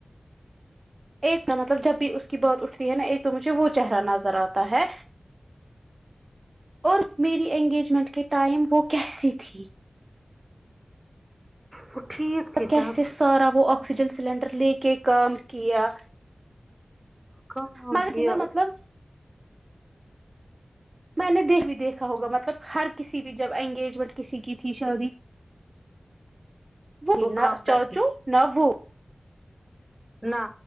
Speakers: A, on the right (about 45°); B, on the right (about 25°).
A: ایک مطلب جب بھی اس کی بات اٹھتی ہے نا ایک تو مجھے وہ چہرہ نظر آتا ہے اور میری انگیجمنٹ کے ٹائم وہ کیسی تھی
B: وہ ٹھیک تھی
A: کیسے
B: تب
A: سارا وہ آکسیجن سلینڈر لے کے کام کیا
B: کم نام
A: مگر
B: کیا
A: نا
B: ؤ
A: مطلب میں نے دن بھی دیکھا ہوگا مطلب ہر کسی بھی جب انگیجمنٹ کسی کی تھی شادی وہی
B: وہ
A: نا
B: کام
A: چاچو
B: کرتی
A: نا وہ
B: نہ